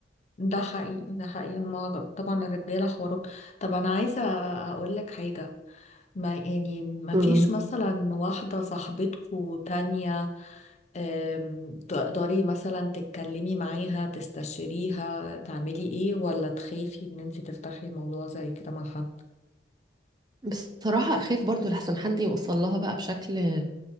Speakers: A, on the left; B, on the right.
A: ده حقيقي ده حقيقي هما طبعا الرجالة حوارهم طب أنا عايزة أقول لك حاجة ما يعني ما
B: امم
A: فيش مثلا واحدة صاحبتكو تانية أم، تقدري مثلا تتكلمي معاها تستشيريها تعملي ايه ولا تخافي ان انت تفتحي موضوع زي كده مع حد
B: بصراحة أخاف برضو لحسن حد يوصل لها بقى بشكل